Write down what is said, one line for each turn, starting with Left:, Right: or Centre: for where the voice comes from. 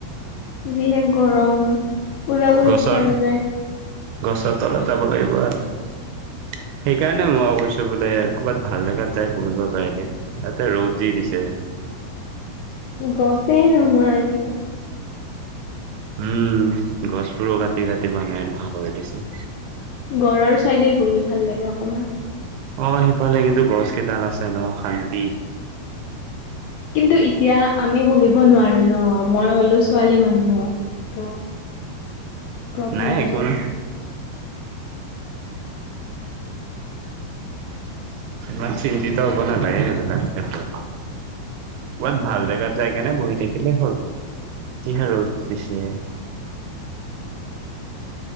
Left: যিহে গৰম ওলাবৰ
Right: গছৰ
Left: ইচ্ছা নাযায়।
Right: গছৰ তলত যাব লাগিব আৰু। সেইকাৰণে মই কৈছোঁ বোলে ক'ৰবাত ভাল জেগাত যাই বহিব পাৰিলে, তাতে ৰ'দ যি দিছে।
Left: গছেই নোহোৱা হৈছে।
Right: উম, গছবোৰো কাটি কাটি মানুহে এনেকুৱা কৰি দিছে।
Left: ঘৰৰ চাইডে বহি ভাল লাগে অকমান।
Right: অ' সিফালে কিন্তু গছকেইডাল আছে ন' শান্তি
Left: কিন্তু এতিয়া আমি বহিব নোৱাৰো ন', মই হলো ছোৱালী মানুহ ত প্ৰব্লেম
Right: নাই
Left: হৈ
Right: একো
Left: যায়।
Right: নহয়। <inaudible> ইমান চিন্তিত হ'ব নাপায়ে এইবিলাক ক্ষেত্ৰত। ক'বাত ভাল জেগাত যায় কেনে বহি থাকিলেই হ'ল। কিহে ৰ'দ দিছে।